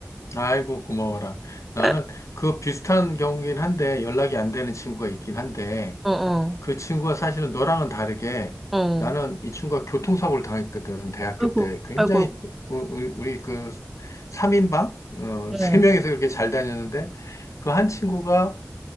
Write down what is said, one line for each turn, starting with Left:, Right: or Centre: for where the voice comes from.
Left: 아이고, 고마워라. 나는
Centre: <laughs>
Left: 그 비슷한 경우긴 한데 연락이 안 되는 친구가 있긴 한데
Centre: 어, 어,
Left: 그 친구가 사실은 너랑은 다르게
Centre: 어.
Left: 나는 이 친구가 교통사고를 당했거든. 대학교
Centre: 아이고,
Left: 때 굉장히
Centre: 아이고,
Left: 우- 우리 우리 그삼인방 어,
Centre: 아이고.
Left: <laughs>
Centre: 어.
Left: 세명이서 그렇게 잘 다녔는데 그 한 친구가